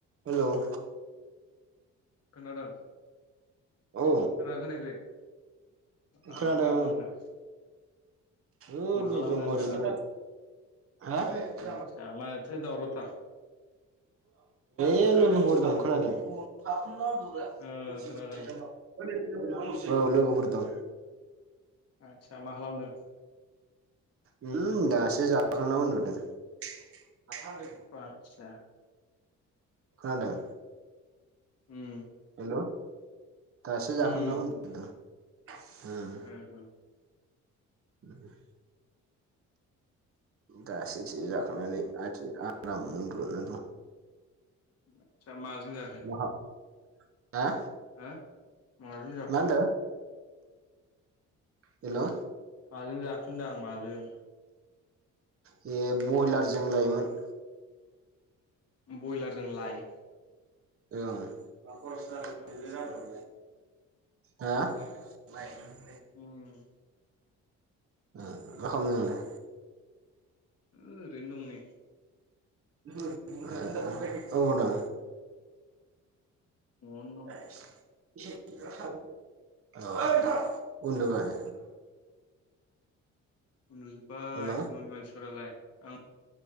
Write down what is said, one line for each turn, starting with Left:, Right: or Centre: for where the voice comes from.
Right: हेल'
Left: खोनादों
Right: औ
Left: खोना खोनायाखै? आ
Right: खोनादों
Left: मा खालामदों?
Right: ओै
Left: मा
Right: नै
Left: खालामनो
Right: दं
Left: होनदां
Right: ओरैनो
Left: आं
Right: हा <unintelligible>
Left: आदसा माथो दावरावथार
Right: ए लोगोफोर दं खोनादों <unintelligible>
Left: ओ खोनादों
Right: औ लोगोफोर दं।
Left: आदसा मा खालामदों?
Right: उम दासो जाखांनां उनदुदों <unintelligible>
Left: आतसा।
Right: खोनादों
Left: उम
Right: हेल' दासो जाखांना
Left: उम
Right: उनदुदों उम
Left: <unintelligible>
Right: <inaudible> दासेैथि जाखांनानै आथि आराम उनदुना दं।
Left: आदसा माजों जाखो?
Right: <unintelligible> हा
Left: हो माजों जाखो
Right: मा होनदो? हेल'
Left: माजों जाखांदां माजों?
Right: बे बयलारजों लायमोन
Left: बयलार जों लाय
Right: ओ
Left: आदसा
Right: <unintelligible> हा
Left: उम
Right: मा खालामदों नोंलाय?
Left: ओरैनो दं नै
Right: <unintelligible> औ आदा
Left: अन
Right: <unintelligible> औ उन्दबाय
Left: उनदुजोब्बाय
Right: ओमफ्राय
Left: न'नि मानसिफोरालाय आं